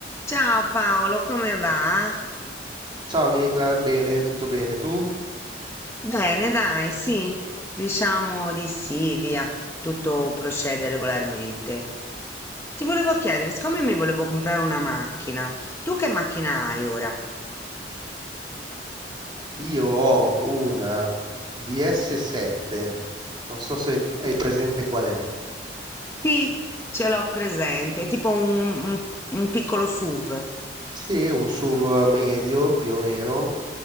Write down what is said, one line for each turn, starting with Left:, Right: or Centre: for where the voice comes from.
Left: Ciao Paolo, come va?
Right: Ciao Nicla, bene, tutto bene tu?
Left: Bene, dai, sì, diciamo di sì, via, tutto procede regolarmente. Ti volevo chiedere, siccome mi volevo comprare una macchina, tu che macchina hai ora?
Right: Io ho una DS7, non so se hai presente qual è.
Left: Sì, ce l'ho presente, tipo un, un- un piccolo SUV.
Right: Sì, un SUV medio più o meno.